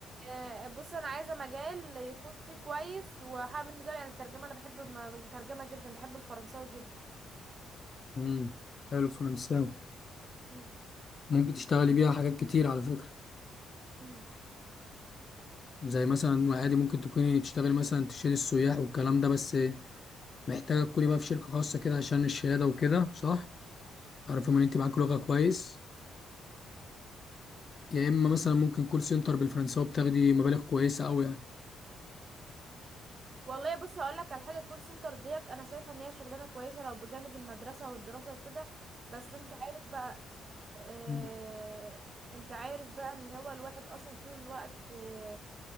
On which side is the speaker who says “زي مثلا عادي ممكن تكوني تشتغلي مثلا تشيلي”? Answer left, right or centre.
Left